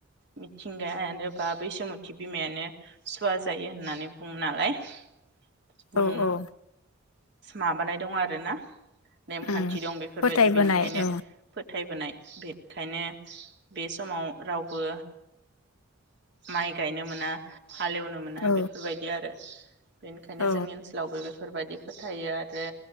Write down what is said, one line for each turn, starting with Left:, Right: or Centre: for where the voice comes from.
Right: मिथिंगायानो बा बैसुमुथि बिमायानो सुवा जायो होननानै बुङो नालाय <inaudible> बुं
Left: औ औ
Right: माबानाय दं आर ना? नेमखान्थि
Left: उम
Right: दं बेफोरबायदि
Left: फोथायबोनाय
Right: बेनिखायनो
Left: औ
Right: फोथायबोनाय बेनिखायनो बे समाव रावबो माइ गायनो मोना। हालेवनो मोना
Left: औ
Right: बेफोरबायदि आरो बेनिखायनो
Left: औ
Right: जोंनि ओनसोलावबो बेफोरबायदि फोथायो आरो